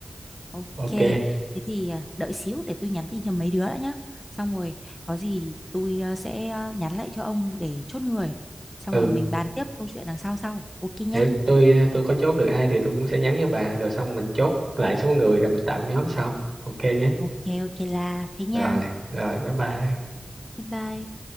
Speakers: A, on the left; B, on the right.
A: ok
B: ok
A: thế thì à, đợi xíu để tôi nhắn tin cho mấy đứa đã nhá xong rồi có gì tôi à, sẽ à, nhắn lại cho ông để chốt người xong
B: ừ
A: rồi mình bàn tiếp câu chuyện đằng sau sau ok nhá
B: để tôi tôi có chốt được ai thì tôi cũng sẽ nhắn cho bà rồi xong mình chốt lại số người rồi mình tạo nhóm sau ok nhé
A: Ok ok là thế nha.
B: rồi rồi bye bye
A: Bye bye.